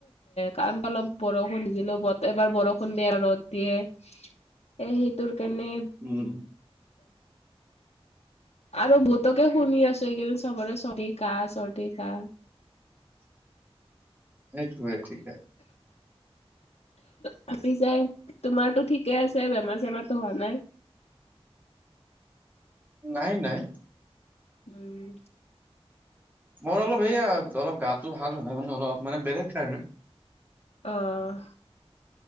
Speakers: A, on the left; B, on the right.
A: কাৰণ অলপ বৰষুণ দিজিলো ব এবাৰ বৰষুণ দিয়ে ৰ'দ দিয়ে। এ সেইটোৰ কাৰণে
B: উম
A: আৰু বহুতকে শুনি আছো এইকেইদিন চবৰে চৰ্দি, কাহ, চৰ্দি, কাহ।
B: এইেইটো ঠিকে।
A: ভাপি যাই তোমাৰতটো ঠিকে আছে বেমাৰ- চেমাৰতো হোৱা নাই।
B: নাই-নাই।
A: উম।
B: মোৰ অলপ সেয়া অলপ গাটো ভাল নহয় মানে অলপ মানে বেলেগ কাৰণে।
A: অহ।